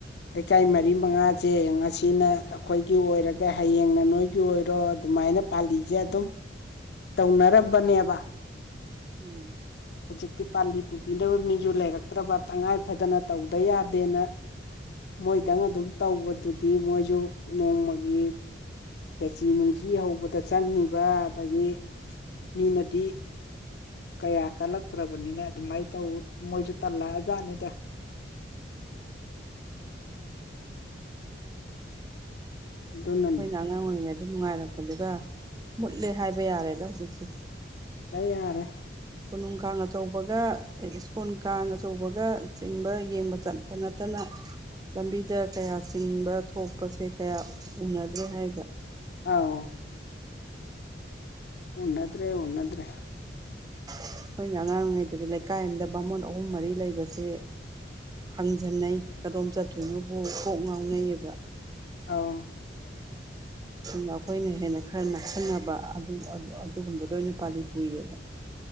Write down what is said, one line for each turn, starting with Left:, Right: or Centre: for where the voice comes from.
Left: ꯂꯩꯀꯥꯏ ꯃꯔꯤ ꯃꯉꯥꯁꯦ ꯉꯁꯤꯅ ꯑꯩꯈꯣꯏꯒꯤ ꯑꯣꯏꯔꯒ ꯍꯌꯦꯡꯅ ꯅꯣꯏꯒꯤ ꯑꯣꯏꯔꯣ ꯑꯗꯨꯃꯥꯏꯅ ꯄꯥꯜꯂꯤꯁꯦ ꯑꯗꯨꯝ ꯇꯧꯅꯔꯝꯕꯅꯦꯕ
Right: ꯎꯝ
Left: ꯍꯧꯖꯤꯛꯇꯤ ꯄꯥꯜꯂꯤ ꯄꯨꯕꯤꯅꯕ ꯃꯤꯁꯨ ꯂꯩꯔꯛꯇ꯭ꯔꯕ ꯇꯉꯥꯏ ꯐꯗꯅ ꯇꯧꯗ ꯌꯥꯗꯦꯅ ꯃꯣꯏꯗꯪ ꯑꯗꯨꯝ ꯇꯧꯕꯗꯨꯗꯤ ꯃꯣꯏꯁꯨ ꯅꯣꯡꯃꯒꯤ ꯀꯦꯆꯤ ꯅꯨꯡꯁꯤ ꯍꯧꯕꯗ ꯆꯪꯉꯤꯕ ꯑꯗꯒꯤ ꯃꯤꯅꯗꯤ ꯀꯌꯥ ꯀꯜꯂꯛꯇ꯭ꯔꯕꯅꯤꯅ ꯑꯗꯨꯃꯥꯏꯅ ꯇꯧ ꯃꯣꯏꯁꯨ ꯇꯜꯂꯛꯑ ꯖꯥꯠꯅꯤꯗ
Right: ꯍꯣꯏ ꯑꯗꯨꯅꯦ
Left: ꯑꯗꯨꯅꯅꯤ
Right: ꯑꯩꯈꯣꯏ ꯅꯪꯉꯥꯡ ꯑꯣꯏꯦ ꯑꯗꯨ ꯅꯨꯡꯉꯥꯏꯔꯛꯄꯗꯨꯒ ꯃꯨꯠꯂꯦ ꯍꯥꯏꯕ ꯌꯥꯔꯦꯗ ꯍꯧꯖꯤꯛꯇꯤ
Left: ꯇꯌꯥꯔꯦ
Right: ꯀꯣꯅꯨꯡ ꯀꯥꯡ ꯑꯆꯧꯕꯒ ꯁ꯭ꯀꯨꯜ ꯀꯥꯡ ꯑꯆꯧꯕꯒ ꯆꯤꯡꯕ ꯌꯦꯡꯕ ꯆꯠꯄ ꯅꯠꯇꯅ ꯂꯝꯕꯤꯗ ꯀꯌꯥ ꯆꯤꯡꯕ ꯊꯣꯛꯄꯁꯦ ꯀꯌꯥ ꯎꯅꯗ꯭ꯔꯦ ꯍꯥꯏꯕ
Left: ꯑꯥꯎ ꯎꯟꯅꯗ꯭ꯔꯦ ꯎꯟꯅꯗ꯭ꯔꯦ
Right: ꯑꯩꯈꯣꯏꯅ ꯑꯉꯥꯡ ꯑꯣꯏꯔꯤꯉꯩꯗꯗꯤ ꯂꯩꯀꯥꯏ ꯑꯃꯗ ꯕꯥꯃꯣꯟ ꯑꯍꯨꯝ ꯃꯔꯤ ꯂꯩꯕꯁꯦ ꯐꯪꯖꯟꯅꯩ ꯀꯔꯣꯝ ꯆꯠꯇꯣꯏꯅꯣꯕꯨ ꯀꯣꯛ ꯉꯥꯎꯅꯩꯌꯦꯕ
Left: ꯑꯥꯎ
Right: ꯑꯗꯨꯅ ꯑꯩꯈꯣꯏꯅ ꯍꯦꯟꯅ ꯈꯔ ꯅꯛꯁꯤꯟꯅꯕ ꯑꯗꯨꯒꯨꯝꯕꯗ ꯑꯣꯏꯅ ꯄꯥꯜꯂꯤ ꯄꯨꯏꯌꯦꯕ